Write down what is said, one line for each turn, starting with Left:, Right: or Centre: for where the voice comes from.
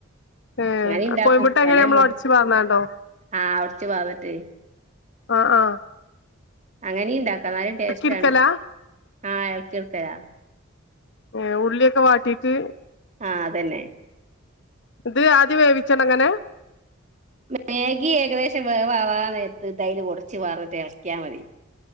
Left: ഏ
Right: അങ്ങനെ ഇണ്ടാക്കും
Left: കോയിമുട്ട എങ്ങനെ
Right: പല
Left: നമ്മള്
Right: മൊ
Left: ഒടച്ച് വർന്നാതോ
Right: ആഹ് ഒടിച്ചു പാർന്നിട്ട്
Left: ആ ആ
Right: അങ്ങനെയ ഇണ്ടാക്കാം എന്നാലും ടേസ്റ്റ്
Left: എടുക്കലാ
Right: ആണ് ആ കേൾക്കരാ
Left: ഏ ഉള്ളിയൊക്കെ വാട്ടീട്ട്
Right: ആ അതന്നെ
Left: ഇത് ആദ്യ വേവിച്ചട അങ്ങനെ
Right: മാഗി ഏകദേശം വേവാവാ നേരത്ത് ഇതതിൽ ഉടച്ച് വർട്ട് എളക്കിയാമതി